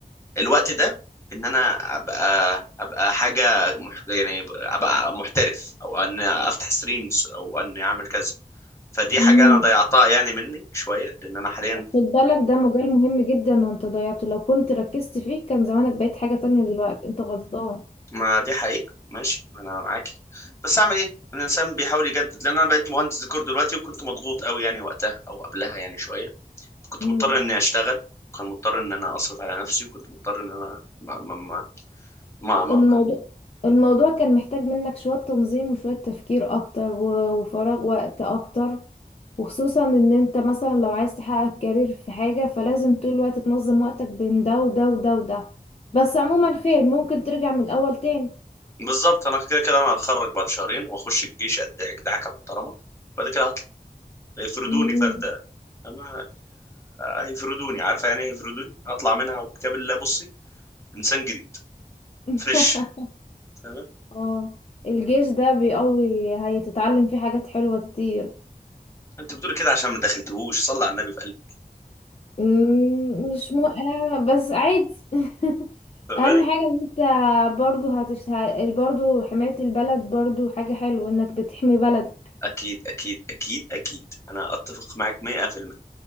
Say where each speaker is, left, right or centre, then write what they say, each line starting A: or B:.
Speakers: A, on the left; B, on the left.
A: الوقت ده ان انا ابقى ابقى حاجه مح... يعني ابقى محترف او ان افتح ستريمز او ان اعمل كذا فدي
B: مم.
A: حاجه انا ضيعتها يعني مني شويه لان انا حاليا
B: خد بالك ده مجال مهم جدا وانت ضيعته لو كنت ركزت فيه كان زمانك بقيت حاجه تانية دلوقتي انت غلطان
A: ما دي حقيقة ماشي ما انا معاكي بس اعمل ايه الانسان بيحاول يجدد لان انا بقيت مهندس ديكور دلوقتي وكنت مضغوط قوي يعني وقتها او قبلها يعني شوية كنت
B: مم.
A: مضطر اني اشتغل كنت مضطر ان انا اصرف على نفسي وكنت مضطر ان انا ما ما ما, ما, ما.
B: الموضوع الموضوع كان محتاج منك شوية تنظيم وشوية تفكير أكتر و- وفراغ وقت أكتر وخصوصا إن أنت مثلا لو عايز تحقق كارير في حاجة فلازم طول الوقت تنظم وقتك بين ده وده وده وده بس عموما خير ممكن ترجع من الأول تاني
A: بالظبط انا كده كده انا هتخرج بعد شهرين واخش الجيش ادعك دعكة محترمة بعد كده هطلع يفردوني
B: مم.
A: فردة أما آه، هيفردوني عارفة يعني إيه هيفردوني هطلع منها وكتاب الله بصي إنسان جديد
B: <laughs>
A: فريش فاهمة
B: اه الجيش ده بيقوي هيتتعلم فيه حاجات حلوة كتير
A: انت بتقولي كده عشان ما دخلتهوش صلى على النبي في قلبي
B: مم، مش مو... آه، بس عادي <laughs>
A: فاهماني
B: اهم حاجة ان انت برضو هتشت... برضو حماية البلد برضو حاجة حلوة انك بتحمي بلدك
A: اكيد اكيد اكيد اكيد انا اتفق معاك 100%